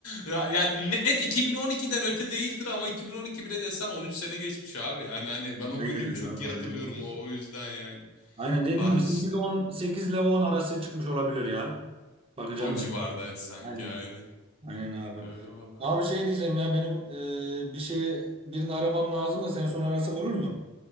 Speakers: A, on the left; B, on the right.
A: Ya, yani net 2012'den öte değildir ama 2012 bile desen 13 sene geçmiş abi. Yani hani ben
B: Ne
A: o günü
B: gezmiş
A: çok
B: abi
A: iyi
B: aynen.
A: hatırlıyorum o, o yüzden yani.
B: Aynen dediğin
A: Vah
B: gibi
A: işte
B: sekiz on 8 ile 10 arası çıkmış olabilir ya. Bakacağım
A: o civardaydı
B: ben.
A: sanki
B: Aynen.
A: aynen.
B: Aynen abi.
A: Öyle vallahi.
B: Abi şey diyeceğim ya benim e, bir şey birini aramam lazım da seni sonra arasam olur mu?